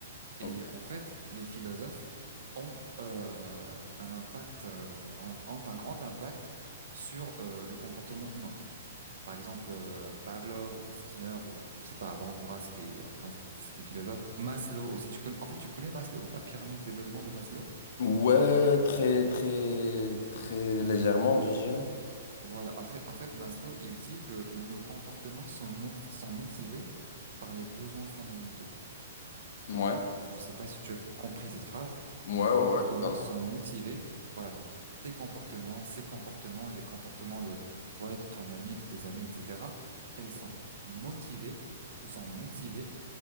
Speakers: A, on the right (about 70°); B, on the left (about 45°).
A: et
B: ok.
A: en fait, les philosophes ont euh, un impact, euh, ont ont un grand impact sur euh, le comportement humain. Par exemple, euh, Pavlov ou Skinner ou je sais pas, Bandura, c'est des, euh, enfin, c'est des philosophes. Maslow aussi, tu connais. En fait, tu connais Maslow, la pyramide des besoins de Maslow.
B: Ouais, très, très, très légèrement, je dirais.
A: Voilà. En fait, en fait, Maslow, il dit que nos comportements sont, mo- sont motivés par les besoins fondamentaux.
B: Ouais,
A: Je sais pas si tu as compris cette phrase.
B: ouais,
A: Nos comportements
B: ouais, ouais, totalement.
A: sont motivés. Voilà. Donc, tes comportements, ces comportements, les comportements de, voilà, de ton ami, de tes amis, etc. Elles sont motivées ou sont motivées